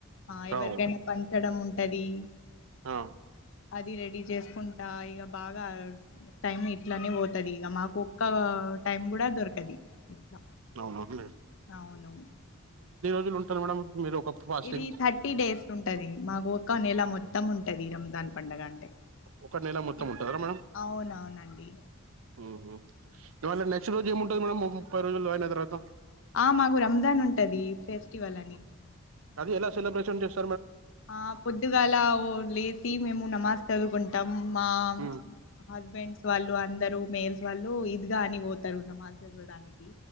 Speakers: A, on the left; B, on the right.
A: ఆ ఎవరికైనా
B: అవు
A: పంచడం ఉంటది
B: ఆ
A: అది రెడీ చేసుకుంటా ఇక బాగా టైం ఇట్లనే బోతది ఇగ మాకు ఒక్క టైం కూడా దొరకది ఇట్ల
B: అవునా అండి
A: అవును
B: వీళ్ళు ఉంటర మేడం మీరు ఒక ఫాస్టింగ్
A: ఇది థర్టీ డేస్ ఉంటది మాకు ఒక్క నెల మొత్తం ఉంటది రంజాన్ పండగ అంటే
B: ఒక నెల మొత్తం
A: ఇప్
B: ఉంటదా
A: అవునవునండి
B: మ్ హు ఇవాళ్ళ నెక్స్ట్ రోజు ఏముంటుంది మేడంమ్ ముప్పై రోజులు అయిన తర్వాత
A: ఆ మాకు రంజాన్ ఉంటది ఫెస్టివల్ అని
B: అది ఎలా సెలబ్రేషన్ చేస్
A: ఆ పొద్దుగాలా ఓ లేసి మేము నమాజ్ చదువుకుంటాం మా
B: ఉమ్
A: హస్బెండ్స్ వాళ్ళు అన్ ఇద్దరు మేయిల్స్ వాళ్ళు ఇద్గ అని పోతారు నమాజ్ చదవడానికి